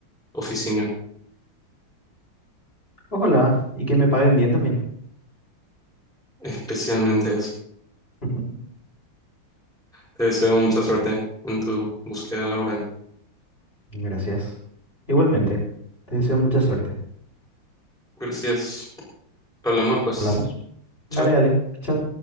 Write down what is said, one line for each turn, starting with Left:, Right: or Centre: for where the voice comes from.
Centre: oficina,
Left: Ojalá, y que me paguen bien también.
Centre: especialmente eso.
Left: <laughs>
Centre: Te deseo mucha suerte en tu búsqueda laboral.
Left: Gracias. Igualmente, te deseo mucha suerte.
Centre: Gracias. Hablamos, pues.
Left: ¿Hablamos? Dale,
Centre: Chao.
Left: dale. Chao.